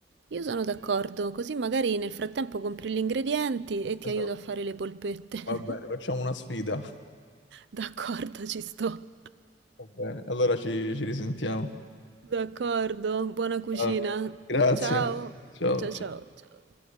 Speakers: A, on the right; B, on the left.
A: Io sono d'accordo, così magari nel frattempo compri gli ingredienti e ti
B: Esatto.
A: aiuto a fare le polpette. <laughs>
B: Va bene, facciamo una sfida.
A: D'accordo, ci sto.
B: Va bene, allora ci, ci risentiamo.
A: D'accordo, buona cucina.
B: Ah, grazie,
A: Ciao,
B: ciao.
A: ciao, ciao. ciao.